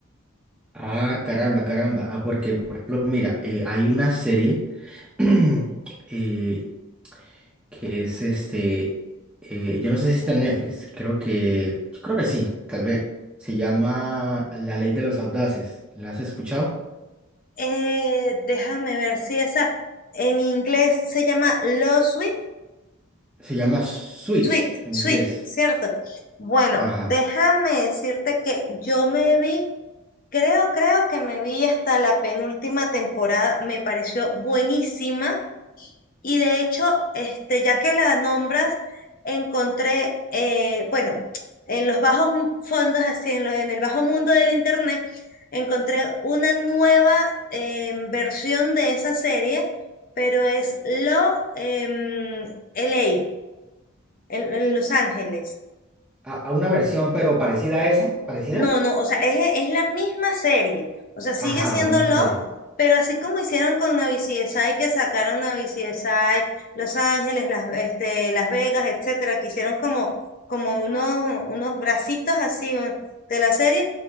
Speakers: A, in the centre; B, on the left.
A: Ah, caramba, caramba. Ah, porque, por ejemplo, mira, eh, hay una serie <clears throat> eh, que es este, eh, yo no sé si está en Netflix, creo que, yo creo que sí, tal vez. Se llama La Ley de los Audaces. ¿La has escuchado?
B: Eh, déjame ver si esa en inglés se llama Lost
A: Se llama Suits
B: Sweet,
A: en
B: Sweet,
A: inglés.
B: ¿cierto? Bueno,
A: Ajá.
B: déjame decirte que yo me vi, creo, creo que me vi hasta la penúltima temporada, me pareció buenísima y de hecho, este, ya que la nombras, encontré, eh, bueno, en los bajos m- fondos, así en, lo- en el bajo mundo del internet, encontré una nueva eh, versión de esa serie, pero es Lo em, LA, en en Los Ángeles.
A: A, a una versión, pero parecida a esa, parecida.
B: No, no, o sea, es, es la misma serie. O sea, sigue
A: Ajá,
B: siendo
A: la misma
B: Love,
A: serie.
B: pero así como hicieron con Navi CSI, que sacaron Navi CSI, Los Ángeles, Las, este, Las Vegas, etcétera, que hicieron como, como unos, unos bracitos así un- de la serie.